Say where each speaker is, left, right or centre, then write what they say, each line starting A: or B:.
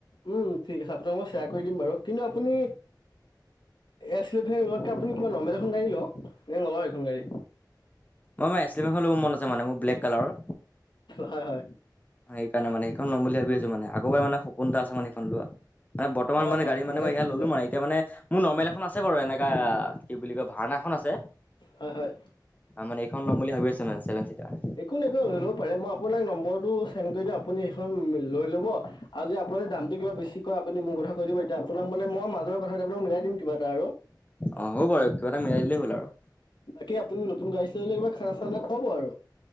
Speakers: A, on the left (about 85°); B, on the left (about 20°).
A: উম ঠিক আছে আপোনাক মই শেয়াৰ কৰি দিম বাৰু কিন্তু আপুনি! এই আছিলেকে লোৱাতকে কিবা নৰ্মেল এখন গাড়ী লওক, নে নলয় এখন গাড়ী!
B: অ মই মানে আছে মান মোৰ ব্লেক কালাৰৰ
A: হয় হয়।
B: সেই কাৰণে মানে সেইখন'ম বুলি ভাবিছো মানে, আগৰপা মান সপোন এটা আছে মানে! লোৱা বৰ্তমান
A: অ',
B: মানে
A: হয়
B: গাড়ী মানে এইয়া
A: কি
B: ললো
A: যে
B: মানে, এতিয়া মানে? মোৰ নৰ্মেল এখন আছে বাৰু এনেকুৱা কি বুলি কয় ভাওনা এখন আছে।
A: হয় হয়।
B: মানে এইখন ল'ম বুলি ভাবি আছো মানে ছেভেন চিটাৰ।
A: একো নেদিলেও লৈ লব পাৰে, মই নম্বটো চেন কৰি দিম আপুনি এইখন লৈ লব। আৰু যদি আপোনাৰ য দামটো কিবা বেছি ক আউ যদি আপুনি দামটো কিবা যদি বেছি মোৰ কথা কৈ দিব, এতিয়া আপোনাক মানে মাজৰ কথা আপোনাক মিলাই দিম কিবা এটা আৰু।
B: অ হ'ব বাৰু কিবা এটা মিলাই দিলেই হ'ল আৰু
A: বাকী আপুনি নতুন গাড়ী চলালে কিবা খানা চানা খুৱাব আৰু!